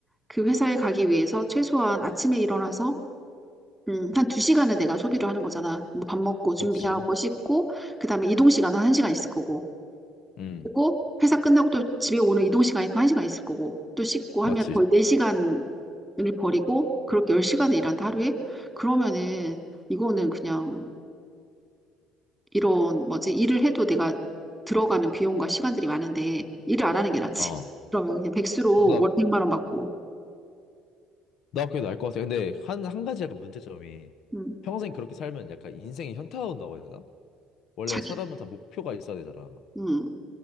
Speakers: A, in the centre; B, on the left (about 60°).
A: 그 회사에 가기 위해서 최소한 아침에 일어나서 음, 한 두시간은 내가 소비를 하는 거잖아. 뭐 밥 먹고
B: 그렇지.
A: 준비하고 씻고 그다음에 이동 시간은 한시간 있을 거고.
B: 음.
A: 그리고 회사 끝나고 또 집에 오는 이동 시간이 또 1시간 있을 거고 또 씻고
B: 맞지.
A: 하면 거의 4시간을 버리고 그렇게 10시간을 일한다 하루에 그러면은 이거는 그냥 이런 뭐지 일을 해도 내가 들어가는 비용과 시간들이 많은데 일을 안 하는 게 낫지
B: 어.
A: <laughs> 그러면 그냥 백수로
B: 맞아.
A: 월 100만 원 받고
B: 나 그게 나을 것 같아. 근데 한, 한 가지 약간 문제점이
A: 음,
B: 평생 그렇게 살면 약간 인생이 현타가 온다고 해야 되나? 원래
A: 자기
B: 사람은 다 목표가 있어야 되잖아.
A: 음,